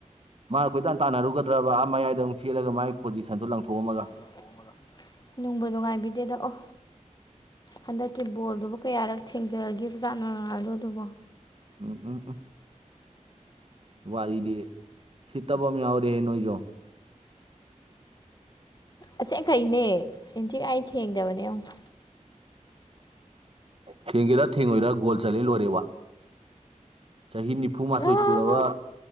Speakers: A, on the right; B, on the left.
A: ꯃꯥ ꯀꯣꯏꯇꯥꯟ ꯇꯥꯟꯅꯔꯨꯒꯗ꯭ꯔꯕ ꯑ ꯃꯌꯥꯏꯗ ꯑꯃꯛ ꯆꯦꯜꯂꯒ ꯃꯥꯥꯏꯒꯤ ꯄꯣꯖꯤꯁꯟꯗꯣ ꯂꯪꯊꯣꯛꯑꯝꯃꯒ
B: ꯂꯪꯊꯣꯛꯑꯝꯃꯒ ꯅꯨꯡꯕꯨ ꯅꯨꯡꯉꯥꯏꯕꯤꯗꯦꯗ ꯑꯣ ꯍꯟꯗꯛꯀꯤ ꯕꯣꯜꯗꯨꯕꯨ ꯀꯌꯥꯔꯛ ꯊꯦꯡꯖꯒꯤꯕꯖꯥꯠꯅꯣ ꯔꯣꯅꯥꯜꯗꯣꯗꯨꯕꯣ
A: ꯎꯝ ꯎꯝ ꯎꯝ ꯋꯥꯔꯤꯗꯤ ꯎꯁꯤꯠꯇꯕꯃ ꯌꯥꯎꯔꯦ ꯅꯣꯏꯖꯨ
B: ꯑꯁꯦꯡꯈꯩꯅꯦ ꯇꯨꯌꯦꯟꯇꯤ ꯑꯥꯏꯇ ꯊꯦꯡꯗꯕꯅꯦ ꯌꯦꯡꯉꯨ
A: ꯊꯦꯡꯒꯦꯔ ꯊꯦꯡꯉꯣꯏꯔꯥ ꯒꯣꯜ ꯆꯜꯂꯦ ꯂꯣꯏꯔꯦ ꯋꯥ ꯆꯍꯤ ꯅꯤꯐꯨ ꯃꯥꯥꯊꯣꯏ
B: ꯑꯥ
A: ꯁꯨꯔꯕ